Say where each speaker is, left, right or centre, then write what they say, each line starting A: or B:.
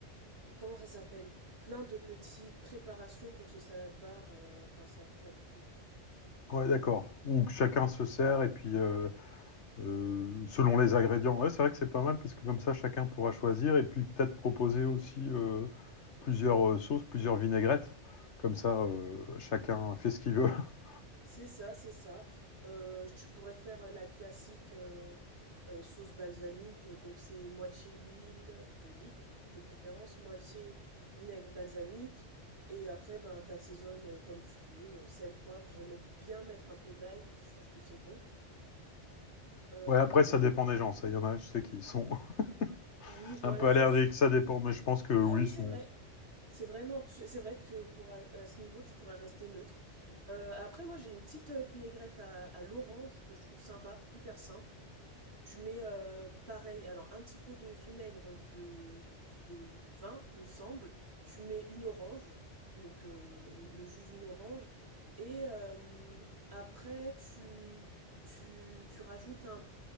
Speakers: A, on the right (about 60°); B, on the left (about 70°).
A: mmh, comment ça s'appelle? Plein de petites préparations pour ce salade bar. euh, Enfin, ça pourrait être cool.
B: ouais, d'accord. Ou que chacun se sert et puis euh, Euh, selon les ingrédients. Ouais, c'est vrai que c'est pas mal parce que comme ça, chacun pourra choisir et puis peut-être proposer aussi euh, plusieurs euh, sauces, plusieurs vinaigrettes. Comme ça, euh, chacun fait ce qu'il veut. <laughs>
A: C'est ça, c'est ça. Euh, tu pourrais faire euh, la classique euh, euh, sauce balsamique, donc c'est moitié huile d'olive de préférence, moitié vinaigre balsamique, et après ben t'assaisonnes euh, comme tu veux, euh, sel, poivre. J'aime bien mettre un peu d'ail, je trouve que c'est bon. Euh,
B: Ouais, après, ça dépend des gens. Ça, il y en a, je sais, qui sont
A: oui,
B: <laughs>
A: voilà,
B: un peu allergiques.
A: c'est. c'est-
B: Ça dépend, mais je pense que oui,
A: Ah oui,
B: ils sont.
A: c'est vrai. C'est vrai, non, tu- c'est vrai que pour à, à ce niveau, tu pourrais rester neutre. Euh, après, moi, j'ai une petite euh, vinaigrette à, à l'orange que je trouve sympa, hyper simple. Tu mets euh, pareil, alors un petit peu de vinaigre de, de vin, il me semble. Tu mets une orange, donc euh, le jus d'une orange. Et euh, après, tu, tu, tu rajoutes un